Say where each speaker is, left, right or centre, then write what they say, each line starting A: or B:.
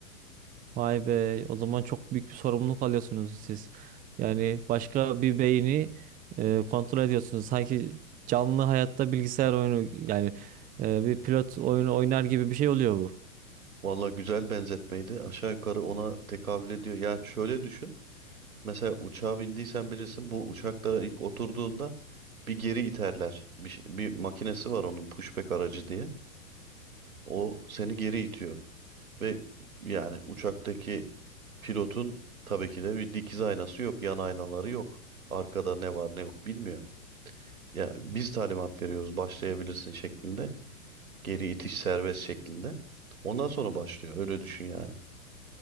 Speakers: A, on the right; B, on the right.
A: Vay be, o zaman çok büyük bir sorumluluk alıyorsunuz siz. Yani başka bir beyni e, kontrol ediyorsunuz. Sanki canlı hayatta bilgisayar oyunu yani e, bir pilot oyunu oynar gibi bir şey oluyor bu.
B: Valla güzel benzetmeydi. Aşağı yukarı ona tekabül ediyor. Yani şöyle düşün. Mesela uçağa bindiysen bilirsin bu uçaklara ilk oturduğunda bir geri iterler. Bir, şey- bir makinesi var onun pushback aracı diye. O seni geri itiyor. Ve yani uçaktaki pilotun tabii ki de bir dikiz aynası yok, yan aynaları yok. Arkada ne var ne yok bilmiyor. Ya biz talimat veriyoruz başlayabilirsin şeklinde. Geri itiş serbest şeklinde. Ondan sonra başlıyor. Öyle düşün yani.